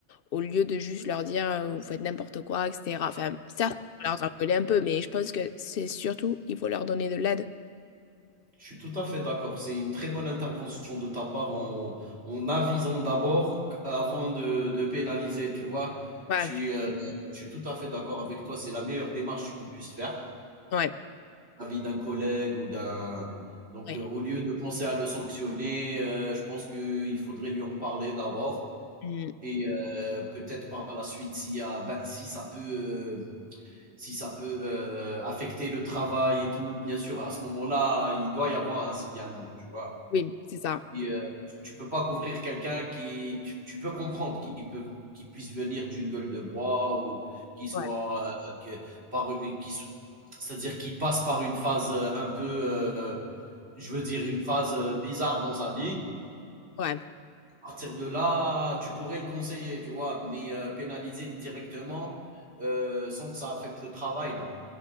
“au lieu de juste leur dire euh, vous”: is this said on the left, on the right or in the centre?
Left